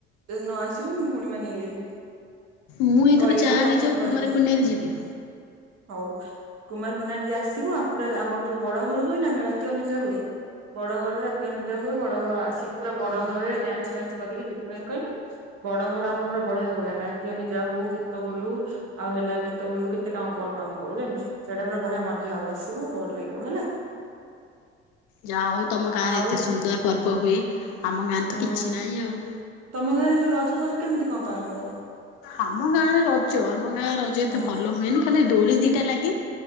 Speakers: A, on the right; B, on the left.
A: ଯଦି ନ ଆସିବୁ ମୁଁ ଫୁଣି ମାନେ ନେଇ ଇଏ ହେବି।
B: ମୁଁ ଏଇଥର
A: କହିଦେଇଥିବି
B: ଯାହା
A: ମତେ
B: ହେଇଯାଉ
A: ପୁଣି କହିବେ
B: କୁମାରୀ ପୂର୍ଣ୍ଣିଆରେ ଯିବି।
A: ହଉ କୁମାର ପୂର୍ଣ୍ଣିମାରେ ଯଦି ଆସିବୁ ଆଉ ପୁରା ଆମର ଯୋଉ ବଡ଼ ଘର ହୁଏ ନା ମେଳା ଉଁତା ହୁଏ। ବଡ଼ ଘର ରାତି ଅନିଦା ହୁଏ ବଡ଼ ଘ ଆସିକି ପୁରା ବଡ଼ ଘରରେ ଡ୍ୟାନ୍ସ ଫ୍ୟାନ୍ସ କରିକି ଯିବୁ କାଇଁ କନି ବଡ଼ ଘର ଆମର ପୁରା ବଢ଼ିଆ ହୁଏ ଆମେ ରାତି ଅନିଦ୍ରା ହଉ ଗୀତ ବୋଲୁ। ଆଉ ହେଲା ଗୀତ ବୋଲୁ କେତେ କାଁ କଣ କାମ କରୁ ଜାଣିଛୁ? ସେଇଟା ପୁରା ବଢ଼ିଆ ମଲିଆ ହବ ଆସିବୁ ଭଲ ଲାଗିବ ହେଲା।
B: ଯାହା ହଉ ତମ ଗାଁରେ
A: ଆଉ
B: ଏତେ ସୁନ୍ଦର ପର୍ବ ହୁଏ ଆମ ଗାଁରେ
A: ହୁଁ
B: ତ କିଛି ନାହିଁ ଆଉ।
A: ତମ ଗାଁରେ ଯୋଉ ରଜ ଫଜ କେମିତି କଁ ପାଳନ କର?
B: ଆମ ଗାଁରେ ରଜ ଆମ ଗାଁ ରଜ
A: ହୁଁ
B: ଏତେ ଭଲ ହୁଏନି ଖାଲି ଦୋଳି ଦିଟା ଲାଗେ।